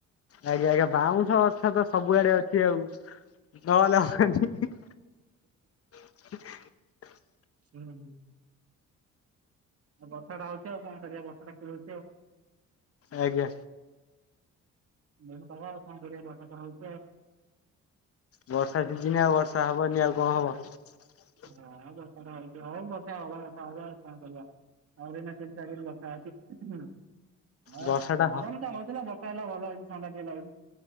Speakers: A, on the left; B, on the right.
A: ଆଜ୍ଞା ଆଜ୍ଞା ବାଉଁଶ ଗଛ ତ ସବୁଆଡେ ଅଛି ଆଉ। ନହେଲେ ହବନି।
B: <inaudible>
A: <inaudible>
B: ହୁଁ ହୁଁ। ବର୍ଷା ଟା ହଉଛି ଆଉ କଣ କରିବା ବର୍ଷାଟା କୁହୁରୋଉଛି ଆଉ।
A: ଆଜ୍ଞା।
B: ମେଘ ପାଗ ଆଉ କଣ କରିବା ବର୍ଷା ତ ହଉଛି ଆଉ।
A: ବର୍ଷା ସିଜିନ ଆଉ ବର୍ଷା ହବନି ଆଉ କଣ ହବ।
B: ହଁ ଯଦି ତାର ହଉଛି ହଉ । ବର୍ଷା ହବା କଥା ହବ କଣ ଆଉ କରିବା। ଆଉ ଏଇନା ତିନି ଚାରି ଦିନ୍ ବ <unintelligible>
A: ବର୍ଷା
B: ଗରମ
A: ହ
B: ଟା ହଉଥିଲା ବର୍ଷା ହେଲା ଭଲ ହଉଛି ଥଣ୍ଡା ଟିକେ ଲାଗୁଛି।